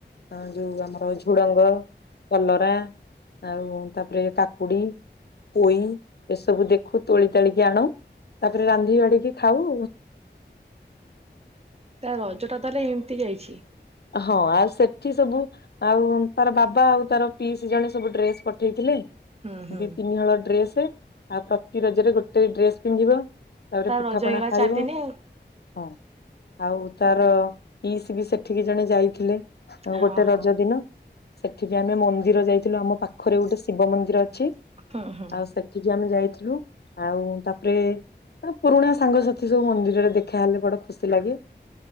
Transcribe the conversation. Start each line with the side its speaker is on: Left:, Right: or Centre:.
Left: ଆ ଯୋଉ ଆମର ଝୁଡଙ୍ଗ କଲରା ଆଉ ତାପରେ କାକୁଡି ପୋଇ ଏସବୁ ଦେଖ ଖୁ ତୋଳି ତାଳିକି ଆଣୁ ତାପରେ ରାନ୍ଧି ବାଢିକି ଖାଉ।
Right: ତା ରଜ ଟା ତାହେଲେ ଏମିତି ଯାଇଛି?
Left: ହଁ ଆଉ ସେଠି ସବୁ ଆଉ ତାର ବାବା ଆଉ ତାର ପିଇସି ଜଣେ ସବୁ ଡ୍ରେସ ପଠେଇଥିଲେ
Right: ହୁଁ ହୁଁ
Left: ଦି ତିନିହଳ ଡ୍ରେସ ଆଉ ପ୍ରତି ରଜରେ ଗୋଟେ ଡ୍ରେସ ପିନ୍ଧିବ ତାପରେ
Right: ତା
Left: ପିଠାପଣା
Right: ରଜ ହେଇଗଲା
Left: ଖାଇବ
Right: ଚାରି ଦିନି ଆଉ।
Left: ହଁ ଆଉ ତାର ପିଇସ ବି ସେଠିକି ଜଣେ ଯାଇଥିଲେ।
Right: ହଁ
Left: ଗୋଟେ
Right: ହଁ
Left: ରଜ ଦିନ ସେଠି ବି ଆମେ ମନ୍ଦିର ଯାଇଥିଲୁ ଆମ ପାଖ ଖରେ ଗୋଟେ ଶିବ ମନ୍ଦିର ଅଛି।
Right: ହୁଁ ହୁଁ
Left: ଆଉ ସେ ଠିକି ଆମେ ଯାଇଥିଲୁ ଆଉ ତାପରେ ଆ ପୁରୁଣା ସାଙ୍ଗସାଥି ସବୁ ମନ୍ଦିରରେ ଦେଖା ହେଲେ ବଡ ଖୁସି ଲାଗେ।